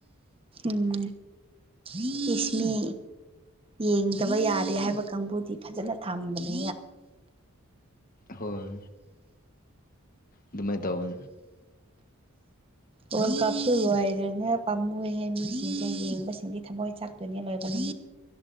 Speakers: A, on the right (about 25°); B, on the left (about 40°).
A: ꯎꯝ ꯏꯁꯤꯁꯃꯤ ꯌꯦꯡꯗꯕ ꯌꯥꯔꯦ ꯍꯥꯏꯕ ꯀꯥꯡꯕꯨꯗꯤ ꯐꯖꯅ ꯊꯝꯕꯅꯤ
B: ꯍꯣꯏ ꯑꯗꯨꯃꯥꯏꯅ ꯇꯧ <unintelligible>
A: ꯋꯥꯔꯜ ꯀꯞꯇ ꯂꯣꯏꯗꯅ ꯄꯥꯝꯃꯨꯍꯦ ꯃꯤꯁꯤꯡꯁꯦ ꯌꯦꯡꯕꯁꯤꯡꯗꯤ ꯊꯃꯣꯏ ꯆꯥꯛꯇꯣꯏꯅꯦ ꯂꯣꯏꯕꯅꯤ